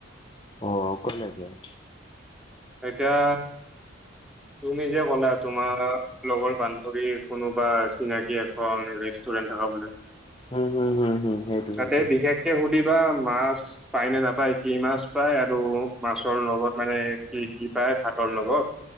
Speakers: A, on the left (about 25°); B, in the centre.
A: অ' কলে যাবি?
B: এতিয়া তুমি যে কলা তোমাৰ, লগৰ বান্ধৱী কোনোবা চিনাকি আ' অ', ৰেষ্টুৰেন্ট থকা বোলি,
A: হম হম হম হম সেইটো
B: তাতে
A: সেইটো
B: বিশেষ ভালকে সুধিবা, মাছ পায় নে নাপায় কি মাছ পায়, আৰু মাছৰ লগত মানে কি কি পায় ভাতৰ লগত।